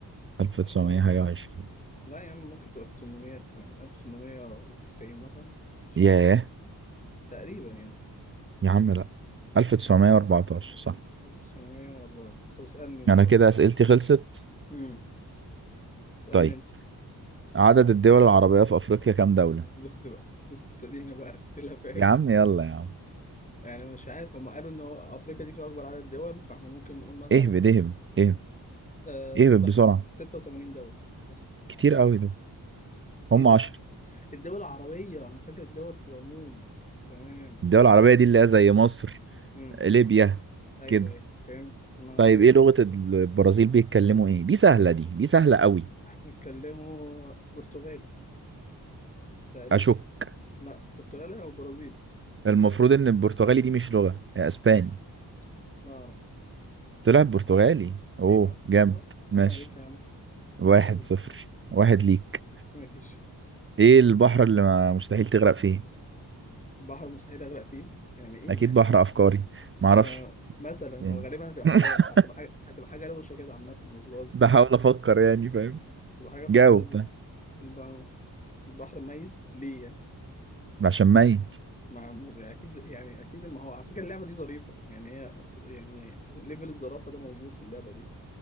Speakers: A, on the right; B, on the left.
A: ألف تسعمية
B: آه، آه،
A: حاجة وعشرين
B: لا يا عم ممكن تبقى في التمنميات كمان 1890 مثلا مش
A: ياه
B: عارف تقريبا يعني
A: يا عم لأ ألف تسعمية وأربعتاشر صح
B: 1904 طب اسألني أنت
A: أنا
B: بقى
A: كده أسئلتي خلصت
B: امم اسألني
A: طيب
B: أنت
A: عدد الدول العربية في أفريقيا كام دولة؟
B: بص بقى بص ابتدينا بقى أسئلة فاهم
A: يا عم يلا يا عم
B: يعني مش عارف هم قالوا إن هو أفريقيا دي فيها أكبر عدد دول فإحنا ممكن نقول مثلا
A: اهبد اهبد اهبد
B: آه
A: ايه
B: ستة
A: بقى بسرعة
B: ستة وتمانين دولة مثلا
A: كتير
B: مش عارف
A: قوي دول هم
B: ايه ده
A: عشر
B: الدول العربية أنا فاكر الدول في العموم تمام
A: الدول العربية
B: تمام.
A: دي اللي هي زي مصر
B: مم.
A: ليبيا
B: أيوه
A: كده
B: أيوه فهمت أنا
A: طيب
B: ما
A: ايه لغة البرازيل بيتكلموا ايه دي سهلة دي دي سهلة قوي
B: بيتكلموا برتغالي تقريبا
A: اشك
B: لا برتغالي أو برازيلي
A: المفروض ان البرتغالي دي مش لغة يا اسباني
B: لا لا أعرف.
A: طلع برتغالي اوه
B: أيوه يا عم.
A: جامد
B: طبعا.
A: ماشي
B: عيب عليك يا عم
A: واحد
B: <clears throat>
A: صفر واحد ليك
B: ماشي
A: ايه البحر اللي ما مستحيل تغرق فيه
B: بحر مستحيل أغرق فيه يعني إيه
A: اكيد
B: يعني
A: بحر افكاري معرفش
B: ف- مثلا
A: يعني
B: هو غالبا هتبقى
A: <laughs>
B: حاجة هتبقى حاجة هتبقى حاجة روشة كده عامة مش باظ
A: بحاول افكر يعني فاهم
B: تبقى حاجة في
A: جاوب
B: الحدود دي
A: طيب
B: البحر البحر ميت ليه يعني؟
A: عشان ميت
B: ما اكيد يعني اكيد ما هو على فكره اللعبه دي ظريفه يعني هي يعني ليفل الظرافه ده موجود في اللعبه دي